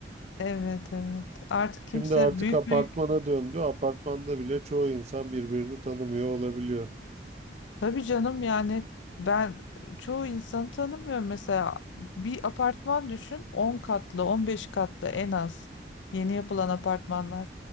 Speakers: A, on the left (about 80°); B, on the right (about 35°).
A: Evet evet. Artık
B: Şimdi
A: kimse
B: artık
A: büyük
B: apartmana
A: büyük
B: döndü. Apartmanda bile çoğu insan birbirini tanımıyor olabiliyor.
A: Tabii canım yani ben çoğu insanı tanımıyorum. Mesela bir apartman düşün 10 katlı 15 katlı en az yeni yapılan apartmanlar.